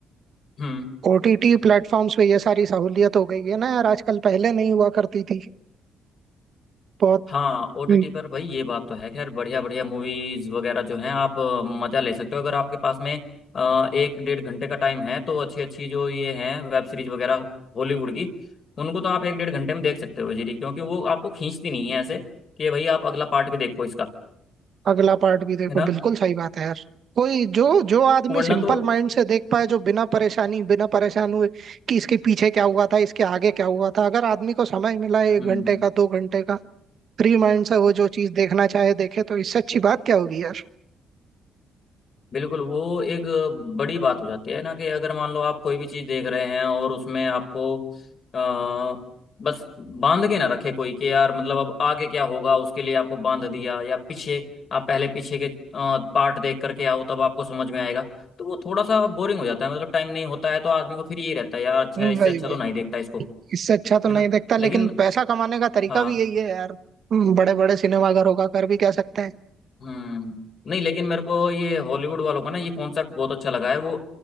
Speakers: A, on the left; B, on the right.
A: हम्म
B: ओटीटी प्लेटफॉर्म्स पे ये सारी सहूलियत हो गई है ना यार आजकल पहले नहीं हुआ करती थी बहुत
A: हाँ ओटीटी
B: हम्म,
A: पर भाई ये बात तो है खैर बढ़िया बढ़िया मूवीज वगैरह जो हैं आप अ, मजा ले सकते हो अगर आपके पास में अ, एक डेढ़ घंटे का टाइम है तो अच्छी अच्छी जो ये हैं वेब सीरीज वगैरह हॉलीवुड की उनको तो आप एक डेढ़ घंटे में देख सकते हो जी क्योंकि वो आपको खींचती नहीं है ऐसे कि भाई आप अगला पार्ट भी देखो इसका
B: अगला पार्ट भी देखो
A: है ना
B: बिल्कुल सही बात है यार कोई जो जो आदमी
A: वरना
B: सिंपल
A: तो
B: माइंड से देख पाए जो बिना परेशानी बिना परेशान हुए कि इसके पीछे क्या हुआ था इसके आगे क्या हुआ था अगर आदमी को समय मिला है एक
A: हम्म
B: घंटे का दो घंटे का फ्री माइंड से वो जो चीज देखना चाहे देखे तो इससे अच्छी बात क्या होगी यार
A: बिल्कुल वो एक बड़ी बात हो जाती है ना कि अगर मान लो आप कोई भी चीज़ देख रहे हैं और उसमें आपको आ, बस बांध के ना रखे कोई कि यार मतलब अब आगे क्या होगा उसके लिए आपको बांध दिया या पीछे आप पहले पीछे के पार्ट देख करके आओ तब आपको समझ में आएगा तो वो थोड़ा सा बोरिंग हो जाता है मतलब टाइम नहीं होता है तो आदमी को फिर यही रहता है यार अच्छा
B: हम्म,
A: इससे
B: वही
A: अच्छा
B: वही
A: तो नहीं
B: वही।
A: देखता इसको
B: इससे अच्छा तो
A: है
B: नहीं
A: ना
B: देखता
A: लेकिन
B: लेकिन पैसा कमाने का तरीका
A: हाँ
B: भी यही है यार बड़े बड़े सिनेमाघरों का कर भी कह सकते हैं
A: हम्म नहीं लेकिन मेरे को ये हॉलीवुड वालों का ना ये कॉन्सेप्ट बहुत अच्छा लगा है वो